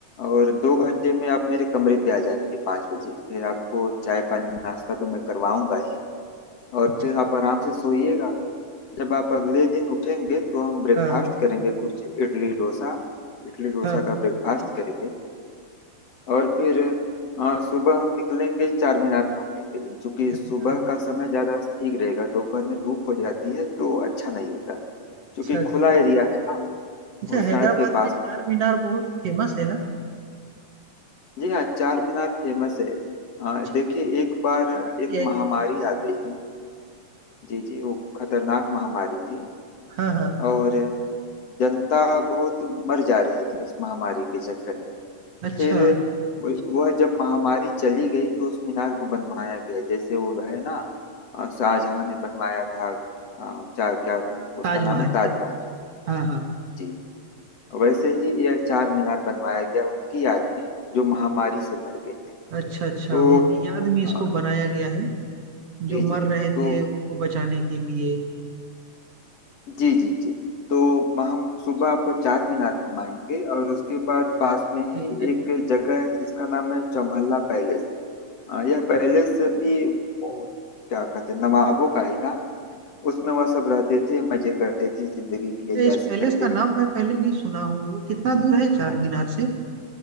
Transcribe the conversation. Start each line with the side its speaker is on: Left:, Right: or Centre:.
Left: और दो घंटे में आप मेरे कमरे पे आ जाएंगे पाँच बजे फिर आपको चाय पानी नाश्ता तो मैं करवाऊंगा ही और
Right: अच्छा,
Left: फिर आप आराम से सोइएगा जब आप अगले दिन उठेंगे तो हम ब्रेकफास्ट
Right: हाँ
Left: करेंगे कुछ इडली डोसा इडली डोसा
Right: हाँ हाँ
Left: का ब्रेकफास्ट करेंगे और फिर अ, सुबह हम निकलेंगे चार मीनार घूमने के लिए क्योंकि
Right: अच्छा
Left: सुबह का समय ज्यादा ठीक रहेगा दोपहर में धूप हो जाती है तो अच्छा नहीं होता क्योंकि
Right: अच्छा
Left: खुला एरिया है ना
Right: अच्छा
Left: वो
Right: हैदराबाद
Left: सड़क के पास
Right: में चार मीनार बहुत फेमस है ना
Left: जी हाँ चार मीनार फेमस है अ,
Right: अच्छा,
Left: देखिए एक बार
Right: कारण
Left: एक
Right: भी है क्या
Left: महामारी
Right: फेमस होने
Left: आ गई थी जी जी वो खतरनाक महामारी थी
Right: का? हाँ हाँ
Left: और जनता बहुत मर जा रही थी उस महामारी के चक्कर में
Right: अच्छा
Left: फिर व- वह जब महामारी चली गई तो उस मीनार को बनवाया गया जैसे वो है ना अ, शाहजहां ने बनवाया था अ, चार क्या उसका
Right: ताजमहल
Left: नाम है ताजमहल
Right: हाँ हाँ
Left: जी वैसे ही यह चार मीनार बनवाया गया उनकी याद में जो महामारी से मर गए थे
Right: अच्छा अच्छा
Left: तो
Right: उनकी याद
Left: अ,
Right: में इसको बनाया गया है
Left: जी
Right: जो मर
Left: जी
Right: रहे
Left: तो
Right: थे उनको बचाने के लिए
Left: जी जी जी तो म- हम सुबह आपको चार मीनार घुमाएंगे और उसके बाद पास में ही
Right: ठीक है
Left: एक जगह है जिसका नाम है चौमहला पैलेस अ, यह पैलेस भी वो, क्या कहते हैं नवाबों का ही था उसमें वह सब रहते थे मजे करते थे जिंदगी की अय्याशी
Right: ए, इस पैलेस
Left: करते
Right: का नाम
Left: थे
Right: मैं पहले नहीं सुना हूँ वो कितना दूर है चार
Left: हाँ
Right: मीनार
Left: जी जी
Right: से